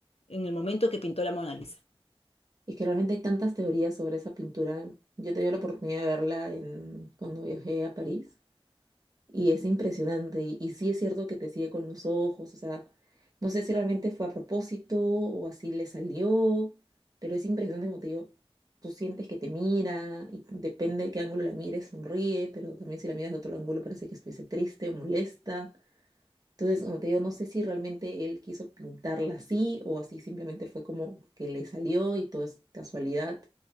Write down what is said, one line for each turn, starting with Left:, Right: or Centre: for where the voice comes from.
Left: en el momento que pintó la Mona Lisa?
Right: Es que realmente hay tantas teorías sobre esa pintura. Yo tenía la oportunidad de verla en, cuando viajé a París Y es impresionante. Y, y sí es cierto que te sigue con los ojos. O sea, no sé si realmente fue a propósito o así le salió. Pero es impresionante como te digo. Tú sientes que te mira y depende de qué ángulo la mires, sonríe, pero también si la miras de otro ángulo parece que estuviese triste o molesta. Entonces, como te digo, no sé si realmente él quiso pintarla así o así simplemente fue como que le salió y todo es casualidad.